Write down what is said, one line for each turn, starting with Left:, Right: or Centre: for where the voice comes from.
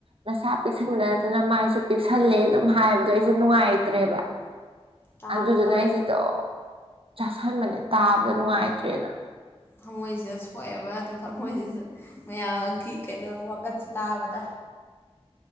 Right: ꯅꯁꯥ ꯄꯤꯛꯁꯟꯕ ꯅꯠꯇꯅ ꯃꯥꯏꯁꯨ ꯄꯤꯛꯁꯜꯂꯦ ꯑꯗꯨꯝ ꯍꯥꯏꯕꯗꯣ ꯑꯩꯁꯦ ꯅꯨꯡꯉꯥꯏꯇ꯭ꯔꯦꯕ
Left: ꯇꯥꯕꯗ
Right: ꯑꯗꯨꯗꯨꯅ ꯑꯩꯁꯤ ꯑꯗꯨꯝ ꯈꯟꯕꯅꯦ ꯇꯥꯕꯗ ꯅꯨꯡꯉꯥꯏ ꯇꯔꯦꯅ
Left: ꯊꯃꯣꯏꯁꯤꯗ ꯁꯣꯛꯑꯦꯕ ꯑꯗꯣ ꯊꯝꯃꯣꯏꯁꯤꯗ ꯃꯌꯥꯝꯒꯤ ꯀꯩꯅꯣ ꯋꯥꯀꯠꯁꯦ ꯇꯥꯕꯗ